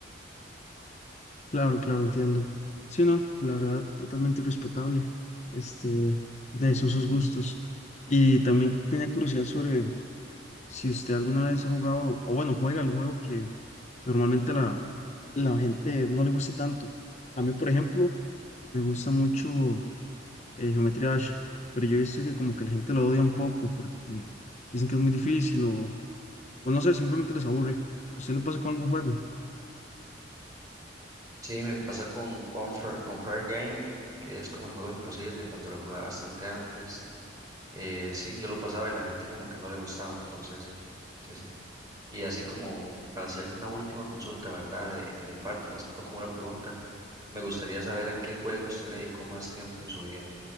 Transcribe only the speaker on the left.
Claro, claro, entiendo. Sí, no, la verdad, totalmente respetable. Este, de ahí son sus gustos. Y también tenía curiosidad sobre si usted alguna vez ha jugado, o bueno, juega algún juego que normalmente la, la gente no le guste tanto. A mí, por ejemplo, me gusta mucho eh, Geometry Dash, pero yo he visto que como que la gente lo odia un poco porque dicen que es muy difícil o pues no sé, simplemente les aburre. ¿Usted le pasa con algún juego?